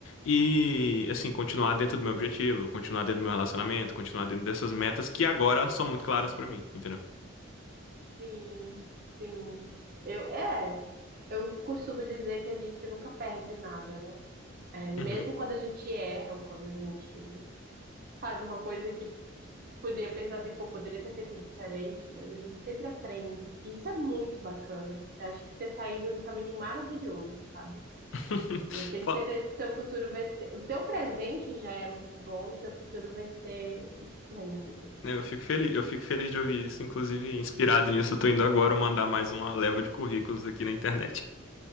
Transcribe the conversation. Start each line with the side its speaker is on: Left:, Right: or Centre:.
Left: e assim, continuar dentro do meu objetivo, continuar dentro do meu relacionamento, continuar dentro dessas metas que agora são muito claras pra mim, entendeu?
Right: Sim, sim. Eu, é, eu costumo dizer que a gente nunca perde nada, né? É, mesmo
Left: Uhum.
Right: quando a gente erra ou quando a gente faz uma coisa que Poderia pensar assim, pô, poderia ter feito diferente, mas a gente sempre aprende. E isso é muito bacana. Eu acho que você tá indo no caminho maravilhoso, sabe?
Left: <laughs>
Right: E eu tenho
Left: Fa-
Right: certeza que teu futuro vai ser. O teu presente já é muito bom e teu futuro vai ser esplêndido.
Left: Eu fico feliz, eu fico feliz de ouvir isso, inclusive inspirado nisso, eu tô indo agora mandar mais uma leva de currículos aqui na internet.